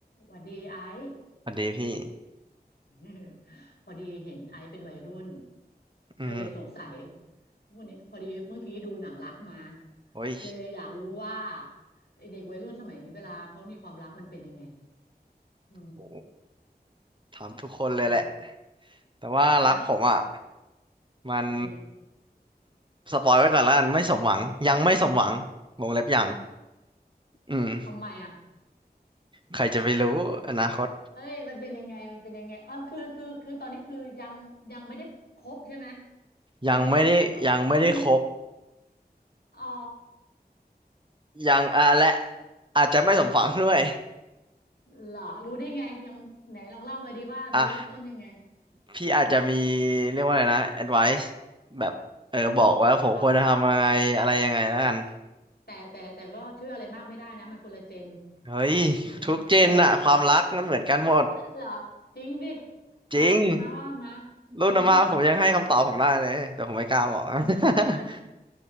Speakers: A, on the left; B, on the right.
A: หวัดดีไอซ์
B: สวัสดีพี่
A: <laughs> พอดีเห็นไอซ์เป็นวัยรุ่น
B: อืม
A: เลยเลยสงสัยวันนี้พอดีเมื่อกี้ดูหนังรักมา
B: โอ้ย
A: เลยอยากรู้ว่าไอ้เด็กวัยรุ่นสมัยนี้เวลาเขามีความรักมันเป็นยังไงอืม
B: โหถามทุกคนเลยแหละ
A: อืม
B: แต่ว่ารักผมอ่ะ
A: ฮะ
B: มัน
A: เออ
B: สปอยไว้ก่อนแล้วกันไม่สมหวังยังไม่สมหวังวงเล็บยังอืม
A: ทำไมอ่ะ
B: ใครจะไปรู้อนาคต
A: เอ้ยมันเป็นยังไงมันเป็นยังไงอ๋อคือคือคือตอนนี้คือยังยังไม่ได้คบใช่ไหม
B: ยังไม่ได้ยังไม่ได้ครบ
A: ยังไม่ได้แบบครึ่งอ๋อ
B: ยังอ่ะและ อาจจะไม่สมหวัง <laughs> ด้วย
A: เหรอรู้ได้ไงยังไหนลองเล่ามาดีว่ามันเริ่มต้นยังไง
B: อ่ะพี่อาจจะมี
A: อืม
B: เรียกว่าอะไรนะ advice แบบเออบอกว่าผมควรจะทำยังไงอะไรยังไงแล้วกัน
A: อืมครับแต่แต่แต่ก็เชื่ออะไรมากไม่ได้นะมันคนละเจน
B: เฮ้ย
A: มันเออ
B: ทุกเจนอะความรักมันเหมือนกันหมด
A: เออเหรอจริงดิอ่ะมาว่ามา
B: จริง รุ่นอาม่าผมยังให้คำตอบผมได้เลยแต่ผมไม่กล้าบอก
A: อืม
B: <laughs>
A: มันให้มัน